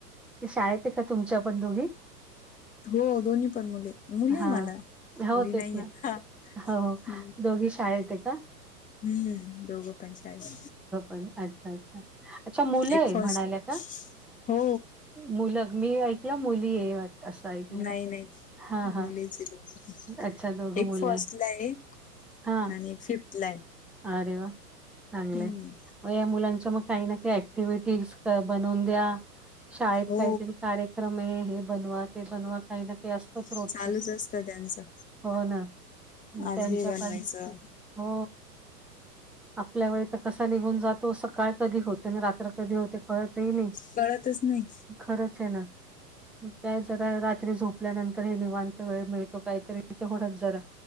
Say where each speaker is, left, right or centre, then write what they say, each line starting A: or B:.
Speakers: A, in the centre; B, on the left.
A: शाळेत आहे का तुमच्या पण दोघी
B: हो दोन्ही पण मुले मुली
A: हा
B: मला मुली
A: हो तेच
B: नाहीये ना
A: हो
B: हम्म.
A: दोघी शाळ येते का
B: हम्म दोघो पंचायत
A: अच्छ अच्ा अच्छा मुलं
B: एक फर्स्ट
A: म्हणाल्या का
B: हो.
A: मुलं मी ऐकलं मुली आहे असं ऐकलं.
B: नाही नाही
A: हां, हां.
B: मुलीचे दोन
A: अच्छा दोघं
B: एक
A: मुलं
B: फस्टला आहे
A: हां.
B: आणि एक फिफ्थ ला आहे
A: अरे वा चांगलंय
B: हम्म
A: या मुलांच्या मग काही ना काही ऍक्टिव्हटीज बनवून द्या शाळेत
B: हो
A: काहीतरी कार्य ्रमे हे बनवा ते बनवा काही न ते असतच रोजच
B: चालूच असतं त्यांचं
A: हो ना
B: आज
A: त्यांच्या
B: हे बनवायचं
A: पाय हो आपल्या वेळी तर कसा निघून जातो सकाळ कधी होते आणि रात्री कधी होते कळत येईल
B: कळतच नाही
A: खरंच आहे ना काय जरा रात्री झोपल्यानंतर हे निवांत वेळ मिळतो काहीतरी ते होणारच जरा